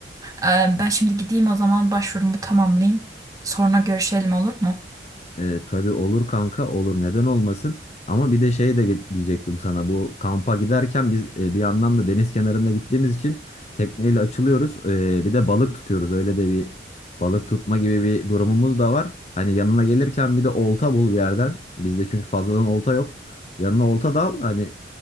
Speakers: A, on the right (about 20°); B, on the left (about 35°).
A: Ee, ben şimdi gideyim o zaman başvurumu tamamlayayım. Sonra görüşelim olur mu?
B: E, tabii olur kanka olur neden olmasın ama bir de şey de ge- diyecektim sana bu kampa giderken biz e, bir yandan da deniz kenarında gittiğimiz için tekneyle açılıyoruz E, bir de balık tutuyoruz öyle de bir balık tutma gibi bir durumumuz da var. Hani yanına gelirken bir de olta bul bir yerden bizde çünkü fazladan olta yok yanına olta da al hani